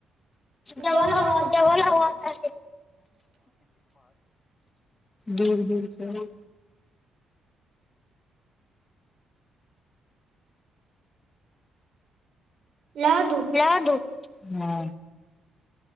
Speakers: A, on the left (about 25°); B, on the right (about 65°).
A: जवल
B: डबल
A: हवा
B: आवाज
A: जवल
B: आ रही
A: हवा
B: है।
A: दूर दूरचे
B: लाद
A: आपला दो हा